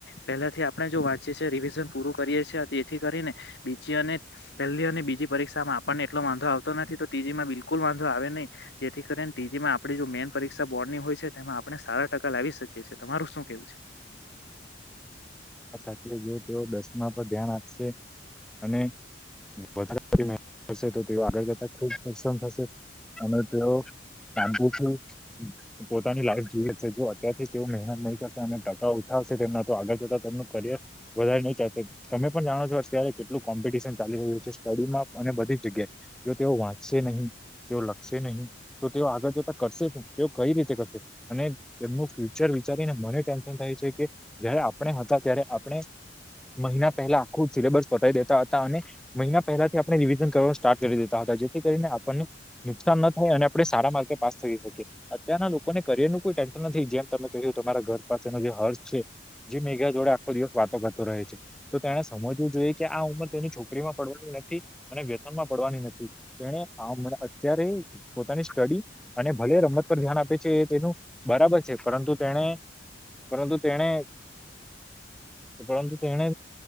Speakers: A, on the left; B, in the centre.
A: પહેલા થી આપણે જો વાંચી છીએ રિવિઝન પૂર કરીએ છીએ તેથી કરીને બીજી અને પહેલી અને બીજી પરીક્ષામાં આપણને એટલો વાંધો આવતો નથી તો તીજીમાં બિલકુલ વાંધો આવે નહી જેથી કરીને તીજી માં આપ જો મેન પરીક્ષા બોર્ડ ની હોય છે તેમાં આપણે સારા ટકા લાવી શકીએ છીએ તમારું શું કેવું છે
B: અચ્છા, તેઓ <unintelligible> તેઓ દસમા પર ધ્યાન આપશે અને વધારે મેહનત કરશે તો તેઓ આગળ કરતા ખુબ પ્રસન થશે અને તેઓ શાંતિથી પોતાની લાઈફ જીવી અગશે. જો અત્યારથી તેઓ મહેનત નઈ કરતા અને ટકા ઓછા હશે. તેમના તો આગળ જતા તેમનું કરીયર વધારે નઈ ચાલતું. તમે પણ જાણો છો અત્યારે કેટલું કોમ્પિટિશન ચાલી રહ્યું છે. સ્ટડીમાં ને બધી જગ્યાએ, જો તેઓ વાંચશે નહીં તેઓ લખ સે નહી, તો તેઓ આગળ જતા કરશે હુ? તેઓ કઈ રીતે કરશે. અને એમનુ ફ્યુચર વિચારીને મને ટેન્શન થાય છે, કે જયારે આપણે હતા ત્યારે આપણે મહિના પહેલા આખું સિલેબસ પતાવી દેતા હતા. અને મહિના પહેલાથી આપણે રિવિઝન કરવા સ્ટાર્ટ કરી દેતા હતા. જેથી કરીને આપણને નુકસાન ન થાય અને આપડે સારા માર્કે પાસ થઈ શકીએ. અત્યારના લોકોને કરિયરનું કોઈ ટેન્શન નથી. જેમ તમે કહ્યુ તમારા ઘર પાસેનો જે હર્ષ છે. જી મેગા જોડા આખો દિવસ વાતો કરતો રહે છે. તો તેણે સમજવું જોઈએ કે આ ઉંમર તેની છોકરીમાં પડવાની નથી. અને પ્રેમમાં પડવાની નથી. એને આ ઉંમરે અત્યારે પોતાની સ્ટડી અને ભલે રમત પર ધ્યાન આપે છે એ તેનું બરાબર છે. પરંતુ તેણે પરંતુ તેણે, પરંતુ તેણે